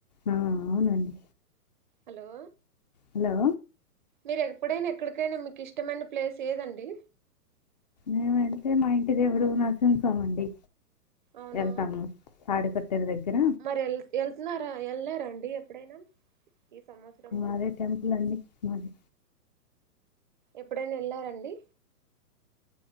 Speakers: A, on the left; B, on the right.
A: ఆ, అవునండి
B: హలో
A: హలో
B: మీరు ఎప్పుడైనా ఎక్కడికైనా మీకు ఇష్టమైన ప్లేస్ ఏదండి
A: మేము వెళ్తే మా ఇంటి దేవుడు నరసింహ స్వామి అండి
B: అవునా
A: వెళ్తాము తాడిపత్రి దగ్గర
B: మరి వెల్ వెళ్తున్నారా వెళ్లారాండి ఎప్పుడైనా ఈ సంవత్సరంలో
A: అదే టెంపుల్ అండి మరి
B: ఎప్పుడైనా వెళ్లారండి